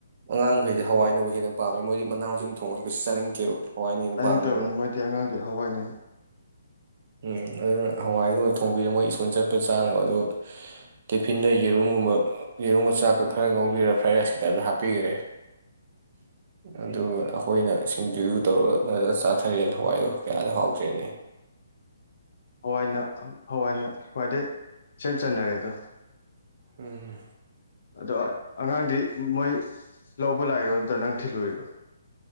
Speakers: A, on the right; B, on the left.
A: ꯑꯉꯥꯡꯍꯩꯗꯤ ꯍꯋꯥꯏꯅꯕꯨ ꯍꯦꯟꯅ ꯄꯥꯝꯃꯦ ꯃꯣꯏꯗꯤ ꯃꯅꯥ ꯃꯁꯤꯡ ꯊꯣꯡꯕꯁꯨ ꯀꯩꯁꯨ ꯆꯥꯅꯤꯡꯗꯦꯕ ꯍꯋꯥꯏꯅ ꯍꯦꯟꯅ
B: ꯆꯥꯅꯤꯡꯇꯕꯅꯤ
A: ꯄꯥꯝꯃꯦꯕ
B: ꯃꯣꯏꯗꯤ ꯑꯉꯥꯡꯗꯤ ꯍꯋꯥꯏꯅ ꯍꯦꯟ
A: <unintelligible> ꯑꯗꯨꯅ ꯍꯋꯥꯏꯒꯨꯝꯕ ꯊꯣꯡꯕꯤꯔꯦ ꯃꯣꯏ ꯁ꯭ꯀꯨꯜ ꯆꯠꯄ ꯆꯥꯅꯕ ꯑꯗꯨꯒ ꯇꯤꯐꯤꯟꯗ ꯌꯦꯔꯨꯝꯒꯨꯝꯕ ꯌꯦꯔꯨꯝꯒ ꯆꯥꯛꯀ ꯈꯔ ꯉꯧꯕꯤꯔꯒ ꯐ꯭ꯔꯥꯏꯗ ꯔꯥꯏꯁꯀꯤ ꯇꯥꯏꯞꯇ ꯍꯥꯞꯄꯤꯈꯔꯦ <inaudible> ꯑꯗꯨꯒ ꯑꯩꯈꯣꯏꯅ ꯁꯤꯡꯖꯨꯗꯨ ꯇꯧꯔꯒ ꯐꯖꯅ ꯆꯥꯊꯔꯦꯅ <unintelligible> ꯗꯣ ꯀꯌꯥꯗ ꯍꯥꯎꯈ꯭ꯔꯦꯅꯦ
B: ꯍꯋꯥꯏꯅ ꯍꯋꯥꯏꯅ ꯈ꯭ꯋꯥꯏꯗꯒꯤ ꯏꯆꯟ ꯆꯟꯅꯔꯦꯗ
A: ꯎꯝ
B: ꯑꯗꯣ ꯑꯉꯥꯡꯗꯤ ꯃꯣꯏ ꯂꯧꯕ ꯂꯥꯛꯏꯔꯣ ꯅꯠꯇꯔ ꯅꯪ ꯊꯤꯜꯂꯨꯏꯔꯣ